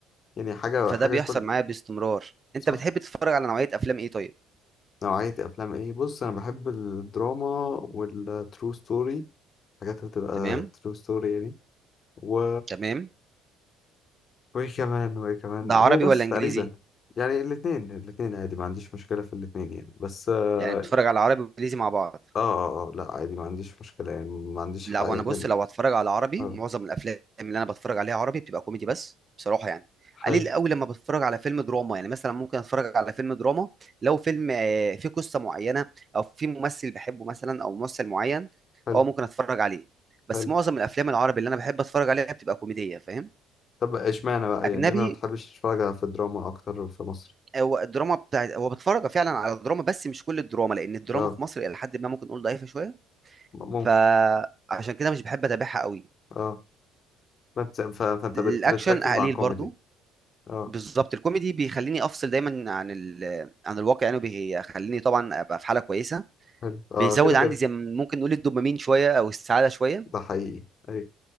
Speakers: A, on the left; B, on the right.
A: يعني حاجة
B: فده
A: حاجة
B: بيحصل
A: كل
B: معايا باستمرار انت
A: صح
B: بتحب تتفرج على نوعية افلام ايه طيب
A: نوعية افلام ايه بص انا بحب الدراما والترو ستوري حاجات هتبقى
B: تمام
A: ترو ستوري يعني و
B: تمام
A: وايه كمان وايه كمان
B: ده
A: مو
B: عربي
A: بس
B: ولا انجليزي
A: تقريبا يعني الاثنين الاثنين عادي ما عنديش مشكلة في الاثنين يعني بس اه
B: يعني بتتفرج على عربي وانجليزي مع بعض
A: اه, آه لا عادي ما عنديش مشكلة يعني ما عنديش
B: لا
A: حق
B: وانا
A: يعني
B: بص لو هتفرج على عربي
A: اه
B: معظم الافلام اللي انا بتفرج عليها عربي بتبقى كوميدي بس بصراحة يعني
A: حلو
B: قليل قوي لما بتفرج على فيلم دراما يعني مثلا ممكن اتفرج على فيلم دراما لو فيلم آه، فيه قصة معينة او في ممثل بحبه مثلا او ممثل معين
A: حلو
B: اه ممكن اتفرج عليه بس
A: حلو
B: معظم الافلام العربي اللي انا بحب اتفرج عليها بتبقى كوميدية فاهم
A: طب اشمعنى بقى
B: اجنبي
A: يعني ليه ما بتحبش تتفرج في الدراما اكتر في مصر
B: هو الدراما بتاعت هو بتفرج فعلا على دراما بس مش كل الدراما لان الدراما
A: اه
B: في مصر الى حد ما ممكن نقول ضعيفه شويه
A: م- ممكن
B: فعشان كده مش بحب اتابعها قوي
A: اه فانت ف- فانت
B: الاكشن
A: بت بتركز
B: قليل
A: مع الكوميدي
B: برضو
A: اه
B: بالظبط الكوميدي بيخليني افصل دايما عن ال... عن الواقع يعني بيخليني طبعا ابقى في حاله كويسه
A: حلو اه
B: بيزود
A: كده كده
B: عندي زي ما ممكن نقول الدوبامين شويه او السعاده شويه
A: ده حقيقي ايوه